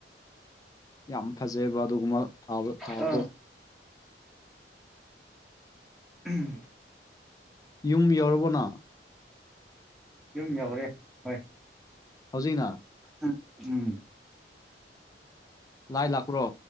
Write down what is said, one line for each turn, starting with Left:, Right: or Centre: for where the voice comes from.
Left: ꯌꯥꯝ ꯐꯖꯩꯑꯕ ꯑꯗꯨꯒꯨꯝꯕ ꯊꯥꯕꯗꯣ
Centre: ꯑ ꯎꯝ
Left: ꯌꯨꯝ ꯌꯧꯔꯕꯅ
Centre: ꯌꯨꯝ ꯌꯧꯔꯦ ꯍꯣꯏ
Left: ꯍꯧꯖꯤꯛꯅ
Centre: ꯎꯝ ꯎꯝ
Left: ꯂꯥꯏ ꯂꯥꯛꯄ꯭ꯔꯣ